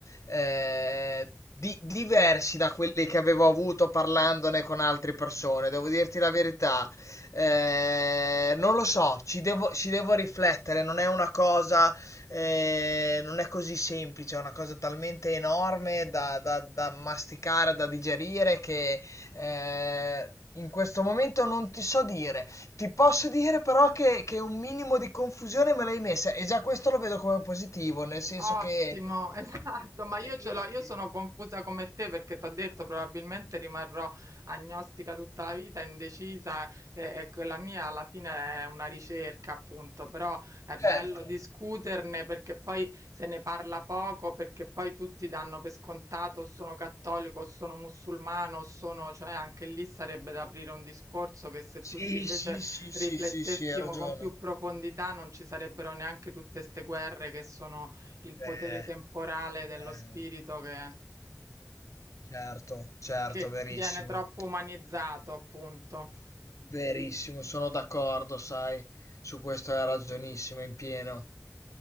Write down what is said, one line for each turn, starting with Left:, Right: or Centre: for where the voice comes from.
Left: eh, di- diversi da quelli che avevo avuto parlandone con altre persone, devo dirti la verità. Eh, non lo so, ci devo ci devo riflettere, non è una cosa eh, non è così semplice, è una cosa talmente enorme da, da- da masticare, da digerire, che eh, in questo momento non ti so dire. Ti posso dire però che, che un minimo di confusione me l'hai messa e già questo lo vedo come positivo, nel senso
Right: Ottimo,
Left: che
Right: <laughs> esatto,
Left: vuole
Right: ma io
Left: dire
Right: ce l'ho, io
Left: che...
Right: sono confusa come te perché ti ho detto probabilmente rimarrò agnostica tutta la vita, indecisa e, e quella mia alla fine è una ricerca appunto, però è bello
Left: Certo,
Right: discuterne perché poi se ne parla poco, perché poi tutti danno per scontato o sono cattolico o sono musulmano o sono, cioè anche lì sarebbe da aprire un discorso che se
Left: sì,
Right: tutti invece
Left: sì, sì,
Right: riflettessimo
Left: sì, sì, sì, hai ragione.
Right: con più profondità non ci sarebbero neanche tutte ste guerre che sono il potere
Left: Eh,
Right: temporale dello
Left: eh,
Right: spirito che,
Left: certo, certo,
Right: che
Left: verissimo.
Right: viene troppo umanizzato, appunto.
Left: Verissimo, sono d'accordo, sai, su questo hai ragionissimo in pieno.